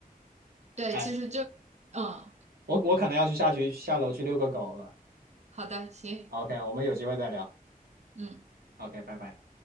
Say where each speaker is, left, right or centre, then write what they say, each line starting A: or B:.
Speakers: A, on the right; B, on the right.
A: 对，
B: 哎，
A: 其实就嗯，
B: 我我可能要去下去下楼去遛个狗了。
A: 好的，行。
B: OK，我们有机会再聊。
A: 嗯。
B: OK，拜拜。